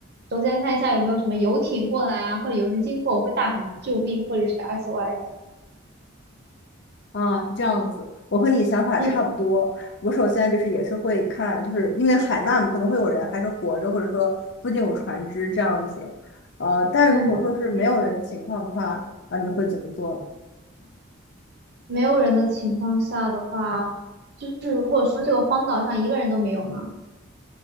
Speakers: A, on the right; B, on the left.
A: 首先看一下有没有什么游艇过来啊，或者有人经过，我会大喊救命或者是 SOS。
B: 啊，是这样子，我和你想法差不多。
A: 嗯
B: 我首先就是也是会看，就是因为海难嘛，可能会有人还是活着，或者说附近有船只这样子。呃，但如果说是没有人的情况的话，
A: 嗯
B: 啊，你会怎么做呢？
A: 没有人的情况下的话，就是如果说这个荒岛上一个人都没有吗？